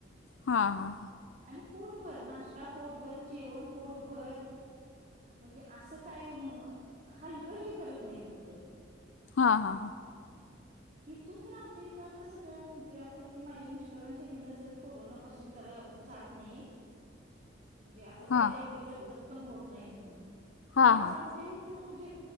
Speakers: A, on the left; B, on the right.
A: हा हा.
B: आणि पोटभर, नाश्ता पोटभर, जेवण पोटभर, म्हणजे असं काय मं हलगर्जी करत नाहीत कुठं.
A: हा हा.
B: इथून तर आमच्या इथं तर सगळं म्हणजे आता मी माझ्या मिस्टरांच्या ह्यांन कोरोना. तिथून जरा जात नाही, आता
A: हा
B: त्यांना एवढी दगदग सहन होत नाही, म्हणून
A: हा
B: नाहीतर
A: हा हा
B: आमच्या इथून म्हणजे